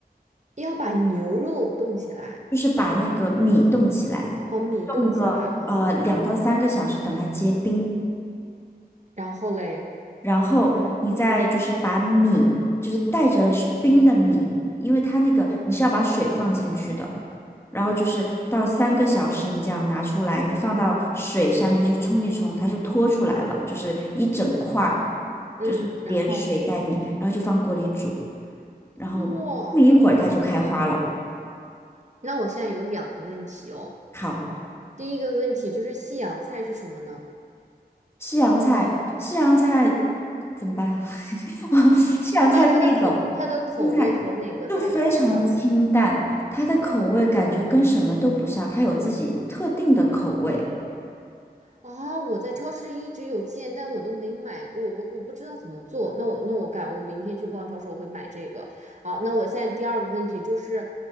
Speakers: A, on the right; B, on the left.
A: 要把牛肉冻起来，
B: 就是把那个米冻起来，
A: 哦，米冻起来啊，
B: 冻个呃两到三个小时，等它结冰。
A: 然后嘞，
B: 然后你再就是把米，就是带着是冰的米，因为它那个你是要把水放进去的，然后就是到三个小时你这样拿出来，你放到水下面去冲一冲，它就脱出来了，就是一整块儿，
A: 嗯，
B: 就是连水带米，
A: 然后
B: 然后就放锅里煮，然后不一会儿它就开花了。
A: 哇，那我现在有两个问题哦。
B: 好，
A: 第一个问题就是西洋菜是什么呢？
B: 西洋菜，西洋菜怎么办？<laughs> 我西洋菜是一种
A: 它它的口它的口味和哪个菜比较像呢？
B: 青菜，就非常清淡，它的口味感觉跟什么都不像，它有自己特定的口味。
A: 啊，我在超市一直有见，但我都没买过，我我不知道怎么做。那我那我改，我明天去逛超市，我会买这个。好，那我现在第二个问题就是，